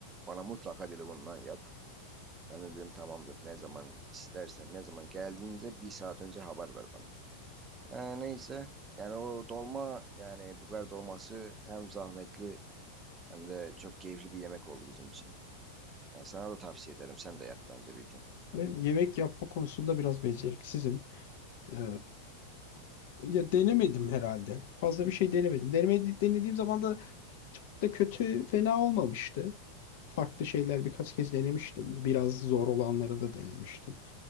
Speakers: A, on the right; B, on the left.
A: bana mutlaka dedi bundan yap. Ben de dedim tamamdır. Ne zaman istersen ne zaman geldiğince bir saat önce haber ver bana. Ha, neyse. Yani o dolma yani biber dolması hem zahmetli hem de çok keyifli bir yemek oldu bizim için. Yani sana da tavsiye ederim. Sen de yap bence bir gün.
B: Ve yemek yapma konusunda biraz beceriksizim. Ee, ya denemedim herhalde. Fazla bir şey denemedim. Deneme, denediğim zaman da çok da kötü, fena olmamıştı. Farklı şeyler birkaç kez denemiştim. Biraz zor olanları da denemiştim.